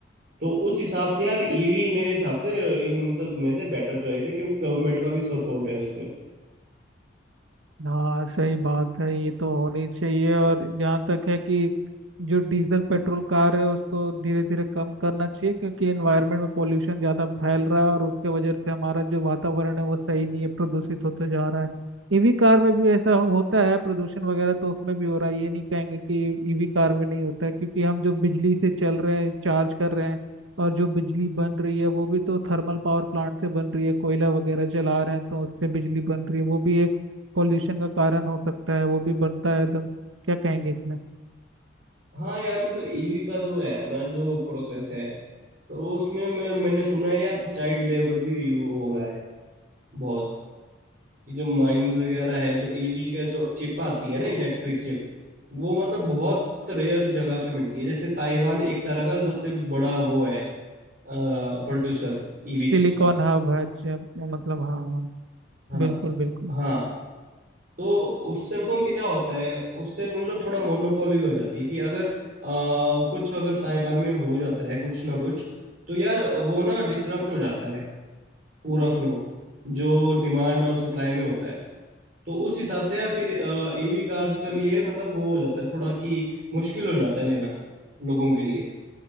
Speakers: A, on the right (about 45°); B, on the right (about 85°).
A: तो उस हिसाब से यार ईवी मेरे हिसाब से इन सब में से बेटर चॉइस है क्योंकि गवर्नमेंट का भी सपोर्ट है उसमें
B: हाँ सही बात है ये तो होनी चाहिए और जहाँ तक है कि जो डीजल पेट्रोल कार है उसको धीरे धीरे कम करना चाहिए क्योंकि एनवायरनमेंट में पोल्यूशन ज़्यादा फैल रहा है और उसके वजह से हमारा जो वातावरण है वो सही नहीं है प्रदूषित होते जा रहा है ईवी कार में भी ऐसा हो- होता है प्रदूषण वगैरह तो उसमें भी हो रहा है ये नहीं कहेंगे कि ईवी कार में नहीं होता है क्योंकि हम जो बिजली से चल रहे हैं चार्ज कर रहे हैं और जो बिजली बन रही है वो भी तो थर्मल पावर प्लांट से बन रही है कोयला वगैरह जला रहे हैं तो उससे बिजली बन रही है वो भी एक पॉल्यूशन का कारण हो सकता है वो भी बढ़ता है एकदम क्या कहेंगे इसमें
A: हाँ यार मतलब ईवी का जो है ना जो प्रोसेस है तो उसमें मैं मैंने सुना है यार चाइल्ड लेबर भी यू हो रहा है बहुत जो माइंस वगैरह है जो ईवी का जो चिप आती है ना इलेक्ट्रिक चिप वो मतलब बहुत रेयर जगह पे मिलती है जैसे ताइवान एक तरह का सबसे बड़ा वो है प्रोड्यूसर ईवी
B: सिलिकॉन
A: चिप्स का
B: हब है च- मतलब हाँ हाँ
A: हाँ
B: बिल्कुल बिल्कुल
A: हाँ तो उससे बताऊँ क्या होता है उससे मतलब थोड़ा मोनोपोली हो जाती है कि अगर आ, कुछ अगर ताइवान में हो जाता है कुछ ना कुछ तो यार वो ना डिसरप्ट हो जाता है पूरा फ्लो जो डिमांड और सप्लाई में होता है तो उस हिसाब से यार फिर ईवी कार्स के लिए मतलब वो हो जाता है थोड़ा कि मुश्किल हो जाता है लेना लोगों के लिए